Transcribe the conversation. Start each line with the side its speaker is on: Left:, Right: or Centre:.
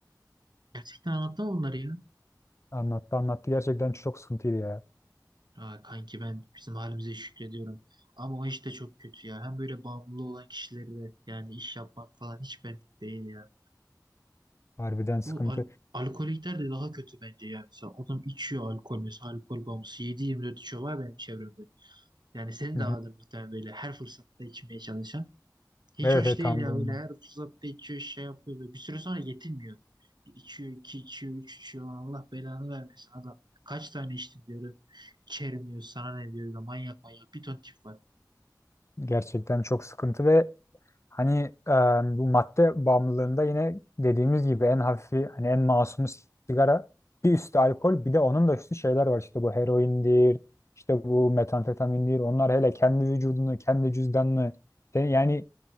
Right: Gerçekten anlattım bunları ya.
Left: Anlattı anlattı gerçekten çok sıkıntıydı ya.
Right: Ha, kanki ben bizim halimize şükrediyorum. Ama o iş de çok kötü ya. Hem böyle bağımlılığı olan kişilerle yani iş yapmak falan hiç benlik değil ya.
Left: Harbiden sıkıntı.
Right: Bu al alkolikler de daha kötü bence ya. Mesela adam içiyor alkol mesela alkol bağımlısı 7-24 içiyor var benim çevremde. Yani senin
Left: Hı
Right: de
Left: hı.
Right: vardır muhtemelen böyle her fırsatta içmeye çalışan. Hiç
Left: Evet,
Right: hoş
Left: evet
Right: değil
Left: anladım.
Right: ya böyle
Left: ben.
Right: her fırsatta içiyor şey yapıyor böyle. Bir süre sonra yetinmiyor. Bir içiyor, iki içiyor, üç içiyor. Allah belanı vermesin adam. Kaç tane içtim diyorum. İçerim diyor. Sana ne diyor. Böyle Manyak manyak. Bir ton tip var.
Left: Gerçekten çok sıkıntı ve hani e, bu madde bağımlılığında yine dediğimiz gibi en hafifi hani en masumu sigara bir üstü alkol bir de onun da üstü şeyler var işte bu heroindir işte bu metamfetamindir onlar hele kendi vücudunu kendi cüzdanını sen- yani